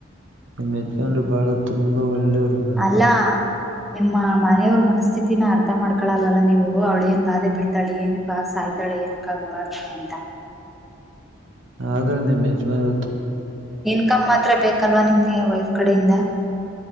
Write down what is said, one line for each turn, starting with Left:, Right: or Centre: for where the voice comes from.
Right: ನಿಮ್ಮ್ ಯಜಮಾನ್ರು ಬಾಳ ತುಂಬಾ ಒಳ್ಳೆಯವರು ಮೇಡಮ್
Centre: ಅಲ್ಲಾ ನಿಮ್ಮ ಮನೆಯವ್ರ ಮನಸ್ಥಿತತಿನ ಅರ್ಥ ಮಾಡ್ಕೊಳಲ್ವಲ್ಲ ನೀವು ಅವಳ ಏನ್ ಬಾಧೆ ಬಿಳ್ತಾಳೆ ಏನ ಕ ಸಾಯ್ತಾಳೆ ಳ ಏನಕ್ಕಾಗಿ ಹೋರಾಡ್ತಾನೆ ಅಂತ
Right: ಆದ್ರೆ ನಿಮ್ ಯಜಮಾನ್
Centre: ಇನ್ಕಮ್ ಮಾತ್ರ ಬೇಕಲ್ವಾ ನಿಮ್ಗೆ ವೈಫ್ ಕಡೆಯಿಂದ